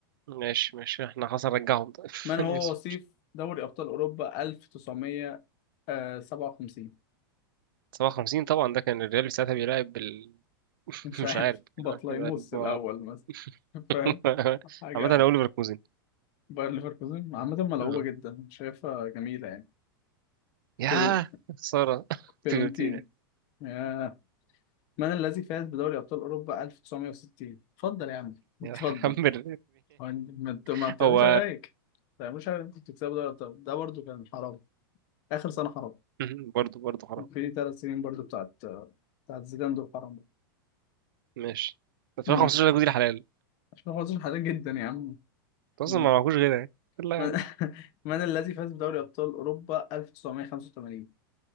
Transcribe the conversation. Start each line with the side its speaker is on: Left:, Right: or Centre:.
Right: ماشي ماشي احنا خلاص نرجعهم <laughs> طيب
Left: من هو
Right: أنا آسف
Left: وصيف دوري ابطال اوروبا 1957
Right: 57 طبعا ده كان الريال ساعتها بيلعب بال... <laughs>
Left: مش
Right: مش
Left: عارف
Right: عارف
Left: بطليموس
Right: كان عارف كان بيلعب ب-
Left: الاول مثلا
Right: <laughs>
Left: فاهم حاجه
Right: عامة انا اقول ليفركوزن
Left: باير ليفركوزن عامه ملعوبه
Right: آه.
Left: جدا أنا شايفها جميله يعني
Right: يا
Left: فيرو-
Right: خسارة <laughs>
Left: فيرونتين
Right: فيورتينا
Left: ياه. من الذي فاز بدوري ابطال اوروبا 1960 اتفضل يا عم
Right: يا
Left: اتفضل
Right: حمر
Left: هو إن- ما انتوا
Right: <laughs>
Left: ما بتعملوش
Right: هو
Left: عليك ما بتعملوش عليك انتوا بتكسبوا دوري ابطال ده برضه كان حرام اخر سنه حرام
Right: <laughs> برضه برضه حرام
Left: في ثلاث سنين برضه بتاعت بتاعت زيدان دول حرام برضه
Right: ماشي 2015
Left: ماشي
Right: ده جديد الحلال
Left: عشان خاطر حاجات جدا يا عم
Right: انت اصلا
Left: من,
Right: ما معكوش غيرها يعني. يلا يا
Left: <laughs>
Right: عم
Left: من الذي فاز بدوري ابطال اوروبا 1985